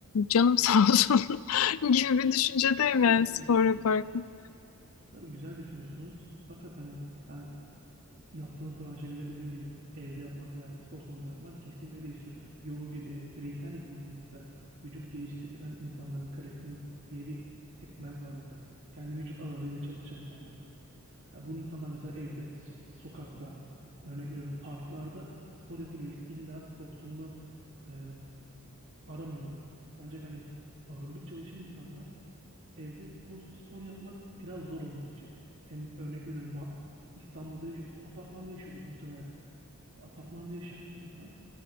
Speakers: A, on the left; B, on the right.
A: canım sağ olsun <laughs> gibi bir düşüncedeyim
B: Tabii
A: yani spor
B: tabii.
A: yaparken.
B: Tabii güzel düşünüyorsunuz. Fakat hani ben yaptığınız branşa göre dediğin gibi evde yapmak veya spor salonunda yapmak kesinlikle değiştiriyor. Yoga gibi bireysel yapabildiğiniz mesela vücut geliştirilen insanların kalesini diye bir segment var orada. Kendi vücut ağırlığıyla çalışan insanlar. Ha, bunu insanlar mesela evde, so- sokakta, örnek veriyorum parklarda spor yapabiliyor. İlla spor salonu e, aramıyorlar. Ancak hani ağırlık çalışan insanlar evde spor spor yapmak biraz zor onlar için. Hem örnek veriyorum ba- İstanbul'da yaşıyorsa apartmanda yaşıyordur muhtemelen. E, apartmanda yaşayan bir insan